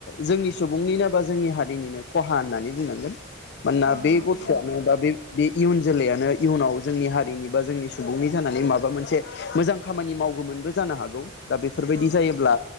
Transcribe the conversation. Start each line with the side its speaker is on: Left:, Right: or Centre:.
Left: जोंनि सुबुंनिनो बा जोंनि हारिनिनो खहा होननानै बुंनांगोन। मानोना
Right: ओं
Left: बे
Right: ओं
Left: गथ'आनो
Right: नंगौ
Left: बा बे बे इयुन जोलैयानो इयुनाव जोंनि हारिनि बा जोंनि सुबुंनि जानानै माबा मोनसे मोजां खामानि माव गौमोनबो जानो हागौ। दा बेफोरबायदि
Right: औ
Left: जायोब्ला
Right: औ